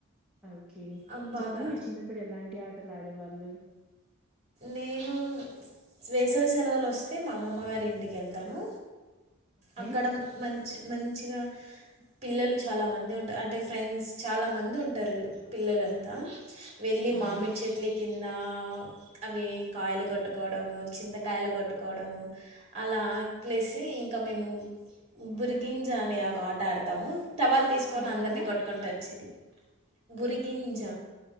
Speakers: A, in the centre; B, on the right.
A: ఓకే
B: ఆ, బాగా
A: చెప్పండి మీరు చిన్నప్పుడు ఎలాంటి ఆటలు ఆడేవాళ్ళు
B: నేను వేసవి సెలవులు వస్తే మా అమ్మమ్మ గారి ఇంటికి వెళ్తాను
A: ఓకే
B: అక్కడ మంచి మంచిగా పిల్లలు చాలామంది ఉంట్ అంటే ఫ్రెండ్స్ చాలామంది ఉంటారు పిల్లలంతా వెళ్ళి
A: అవును
B: మామిడి చెట్ల కింద అవి కాయలు కొట్టుకోవడం చింతకాయలు కొట్టుకోవడం అలా ప్లేస్ ఇంకా మేము బురిగింజ అనే ఆ ఆట ఆడతాము తవాలు తీసుకొని
A: ఏమాట
B: అందరినీ కొట్టుకుంటూ వచ్చేది బరిగంజ